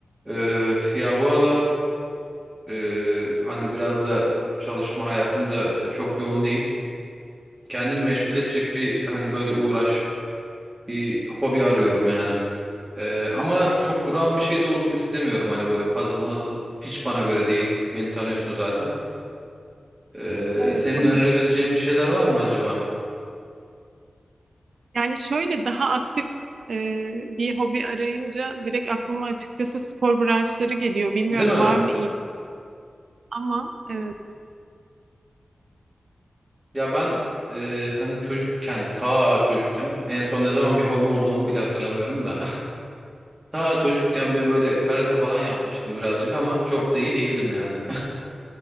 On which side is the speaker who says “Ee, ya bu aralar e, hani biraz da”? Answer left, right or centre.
Right